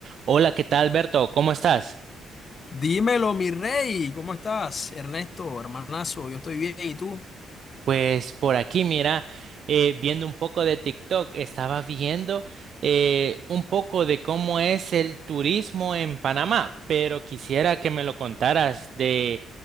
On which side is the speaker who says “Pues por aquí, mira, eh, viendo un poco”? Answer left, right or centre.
Right